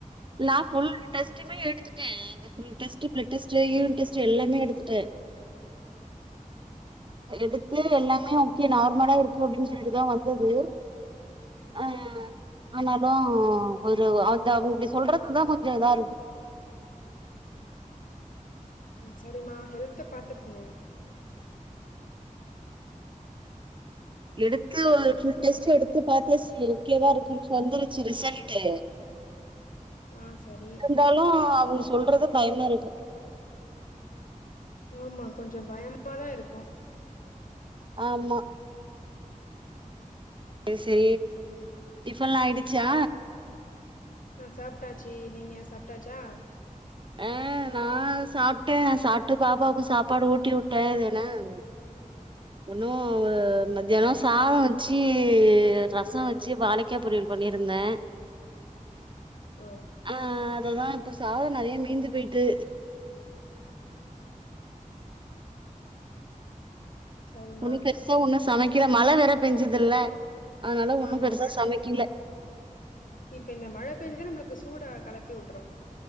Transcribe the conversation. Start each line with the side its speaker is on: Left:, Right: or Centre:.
Right: நா புல் டெஸ்ட்டுமே எடுத்துட்டே full test blood test urine test எல்லாமே எடுத்துட்ட எடுத்து எல்லாமே ஓகே நார்மலா இருக்கு அப்டின் சொல்லிட்டுதா வந்தது ஆ ஆனாலு ஒரு அந்த அவங்களுக்கு சொல்றதுதா கொஞ்சோ இது இருக்கு
Left: ம் சரிம்மா ஹெல்த்த பாத்துக்ங்க
Right: எடுத்துவோ ஃபுல் டெஸ்ட்டு எடுத்து பாத்தாச்சி ஹெல்தியா இருக்குன் சொந்துருச்சி ரிசல்ட்டு
Left: ஆ சரி
Right: ந்தாலு அவங்க சொல்றது பய்மா இருக்கு
Left: ஆமா கொஞ்சு பயமா தா இருக்கு
Right: ஆமா ஏ சே
Left: சரிம்மா
Right: டிஃபன்லா ஆய்டிச்சா
Left: ஆ சாப்டாச்சி நீங்க சாப்டாச்சா
Right: ஆ நா சாப்ட்ட சாப்ட்டு பாப்பாக்கு சாப்பாடு ஊட்டி வுட்ட எதனம் ஒன்னு வ மத்யானு சாதோ வச்சி ரசோ வச்சி வாழைக்கா பொரியல் பண்ணிருந்தே
Left: ஓ
Right: ஆ அதுதா இப்போ சாதோ நறியா மீந்து போய்ட்டு
Left: சரிம்மா
Right: உண்ணி பெர்சா ஒண்ணு சமைக்கல மழ வெற பெஞ்சதுல்ல அனால ஒண்ணு
Left: ஆமா
Right: பெருசா சமிக்கில
Left: இப் இந்த மழ பெஞ்சது நம்ளுக்கு சூடா கலப்பி விட்ரு